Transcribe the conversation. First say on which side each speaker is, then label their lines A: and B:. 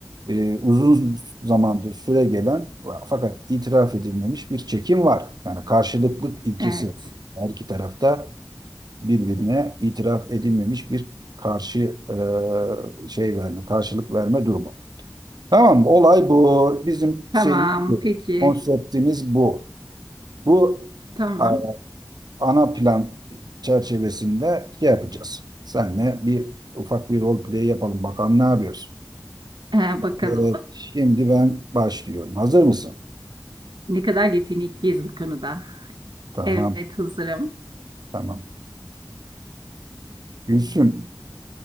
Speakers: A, on the right; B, on the right.
A: Ee, uzun zamandır süre gelen fakat itiraf edilmemiş bir çekim var. Yani karşılıklık ilkesi
B: Evet.
A: var. Her iki tarafta birbirine itiraf edilmemiş bir karşı e, şey verme, karşılık verme durumu. Tamam mı? Olay bu. Bizim
B: Tamam,
A: şeyimiz bu.
B: peki.
A: Konseptimiz bu. Bu
B: Tamam.
A: a- ana plan çerçevesinde şey yapacağız. Senle bir ufak bir rol play yapalım. Bakalım ne yapıyoruz.
B: Ee, bakalım.
A: Evet, şimdi ben başlıyorum. Hazır mısın?
B: Ne kadar yetenekliyiz bu konuda.
A: Tamam,
B: Evet, hazırım.
A: tamam. Gülsüm,